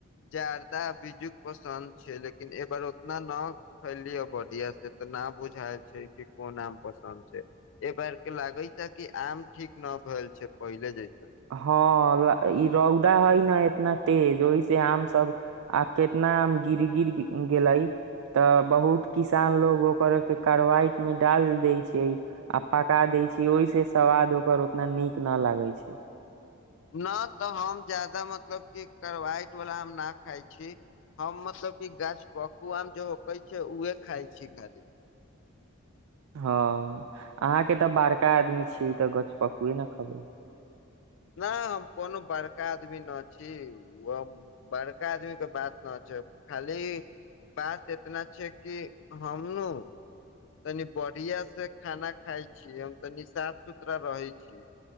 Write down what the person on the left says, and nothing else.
जादा बीजजुक पसन्द छै लेकिन एबार उतना न खैलियै बढ़िया से तऽ ना बुझायल छै कि कोन आम पसन्द छै एहि बार के लागे छै कि आम ठीक न भेल छै पहिले जैसे
न तऽ हम जादा मतलब कि करवाइट वाला आम नहि खाइ छी हम मतलब कि गाछ पक्कू आम जे होकै छै उहे खाइ छी खाली
नहि हम कोनो बड़का आदमी नहि छी ओ बड़का आदमीके बात न छै खाली बात एतना छै कि हमनु तनी बढ़िआ से खाना खाइ छी हम तनी साफ सुथरा रहै छी